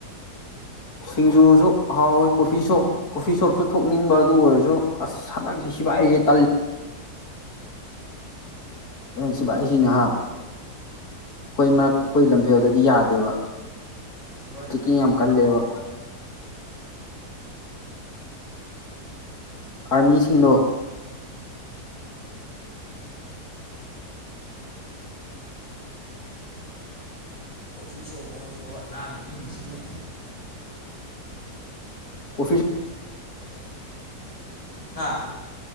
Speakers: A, on the left; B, on the left.
A: ꯁꯤꯡꯖꯨꯁꯨ ꯍꯥꯎꯋꯤ ꯀꯣꯐꯤ ꯁꯣꯞ ꯀꯣꯐꯤ ꯁꯣꯞꯁꯨ ꯊꯣꯛꯅꯤꯡꯕ ꯑꯗꯨ ꯑꯣꯏꯔꯁꯨ ꯑꯁ ꯍꯟꯗꯛꯁꯤ ꯁꯤꯚꯏꯦ ꯇꯜ ꯁꯤꯄꯍꯤꯁꯤ ꯅꯍꯥ ꯑꯩꯈꯣꯏ ꯃꯔꯛ ꯑꯩꯈꯣꯏ ꯂꯝꯐꯦꯜꯗꯗꯤ ꯌꯥꯗꯦꯕ
B: ꯁꯤꯕꯥꯣꯏ
A: ꯆꯦꯛꯀꯤꯡ ꯌꯥꯝ ꯀꯜꯂꯦꯕ ꯑꯥꯔꯃꯤꯁꯤꯡꯗꯣ
B: ꯀꯣꯐꯤ ꯁꯣꯞ ꯐ ꯑꯃ ꯊꯣꯛꯑ ꯅꯥꯟꯅ ꯏꯪꯉ ꯆ ꯏꯪꯉ
A: ꯀꯐꯤꯗꯦ
B: ꯍꯥꯥ